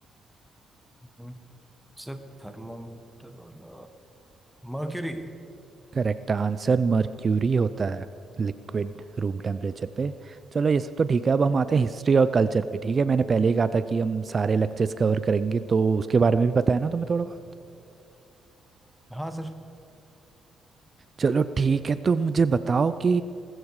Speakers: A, in the centre; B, on the right.
A: हम्म, सर थर्मोमीटर वाला मर्क्यूरी
B: करेक्ट आंसर मर्क्यूरी होता है लिक्विड रूम टेम्परेचर पे चलो ये सब तो ठीक है अब हम आते हैं हिस्ट्री और कल्चर पे ठीक है मैंने पहले ही कहा था कि हम सारे लेक्चर्स कवर करेंगे तो उसके बारे में भी पता है ना तुम्हें थोड़ा बहुत
A: हाँ sir
B: चलो ठीक है तो मुझे बताओ कि